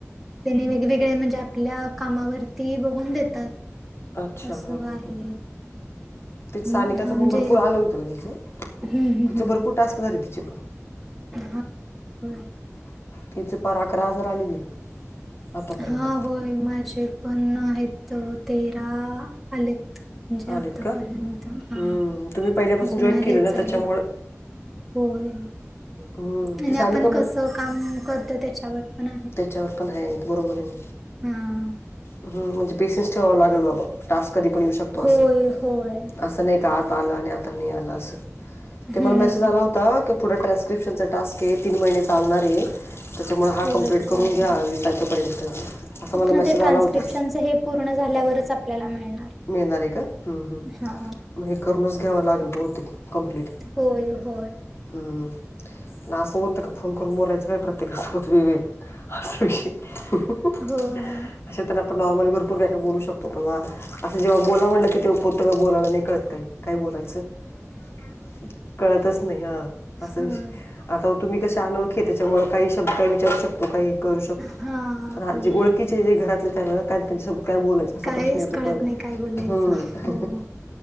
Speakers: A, in the centre; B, on the left (about 55°).
A: त्यानी वेगग वेगळे म्हणजे आपल्या कामावरती बघून देतात.
B: अच्छा
A: असं
B: हा हा
A: आहे.
B: हा. ति सानिकाचं
A: हम्म, हा म्हणजे
B: पण भरपूर आलं होतं तिचं,
A: हम्म
B: तिचं
A: हम्म हम्म
B: भरपूर टास्क झाले तिचे पण.
A: हा, व्हय?
B: तिचं पार अकरा हजार आली तिला. आतापर्यंत
A: हा होय माझे पण आहेत, तेरा आलेत. म्हणजे
B: आलेत
A: आतापर्यंत,
B: का
A: हा
B: हम्म, तुम्ही पहिल्यापासून
A: अजून
B: जॉईन
A: आहे
B: केलं ना
A: चालू.
B: त्याच्यामुळं
A: होय,
B: हम्म,
A: आणि
B: ते सानिका
A: आपण
B: मला
A: कसं काम करतो त्याच्यावर पण
B: त्याच्यावर पण हाय, बरोबर आहे.
A: हम्म
B: हम्म, म्हणजे पेसेन्स ठेवावा लागेल बाबा, टास्क कधी पण येऊ शकतो असे.
A: होय होय
B: असं नाही का आज आला आणि आता नाही आला असं, ते
A: हम्म
B: मला मेसेज आला होता क पुढं ट्रान्स्क्रिप्शनचा टास्क आहे, तीन महिने चालणार आहे, त्याच्यामुळे हा
A: होय
B: कंप्लीट
A: चालणार
B: करून घ्या वीस तारखेपर्यंत, असा मला
A: हा
B: मेसेज
A: ते ट्रान्स्क्रिप्शनच
B: आला होता.
A: हे पूर्ण झाल्यावरच आपल्याला मिळणार
B: मिळणार आहे का? हम्म हम्म,
A: हा
B: मग हे करूनच घ्यावं लागेल बहुतेक कम्प्लीट.
A: होय होय
B: हम्म, पण असं होतं का फोन करून बोलायचं काय, प्रत्येकासोबत वेगवेगळं? असा विषय आहे.
A: होय
B: अशा आता ना आपण नॉर्मली भरपूर काय काय बोलू शकतो, पण बवा असं जेव्हा बोलावं म्हणलं की तेव्हा <unintelligible> बोलायला नाही कळत काही. काय बोलायचं? व्हय काय बोलायचं, कळतच नाही, हा असा
A: होय
B: विषय. आता तुम्ही कशा अनोळखी, त्याच्यामुळे काही शब्द काही विचारू शकतो काही करू शकतो,
A: हा होय
B: जे ओळखीचे जे घरातले त्यां त्यांच्यासोबत काय बोलायचं? असा
A: काहीच
B: प्रश्न येतो
A: कळत
B: परत,
A: नाही काय बोलायचं
B: हम्म,
A: हो